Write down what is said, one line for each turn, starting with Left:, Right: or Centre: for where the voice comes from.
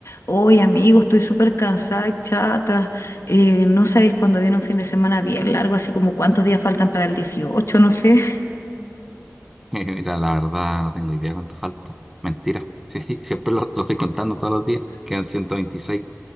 Left: Oye, amigo, estoy súper cansada, y chata. Eh, no sabéis cuándo viene un fin de semana bien largo, así como cuántos días faltan para el 18, no sé. <laughs>
Centre: <laughs> Mira, la verdad no tengo idea cuánto falta. Mentira. <laughs> Sí, siempre lo, lo estoy contando todos los días. Quedan 126.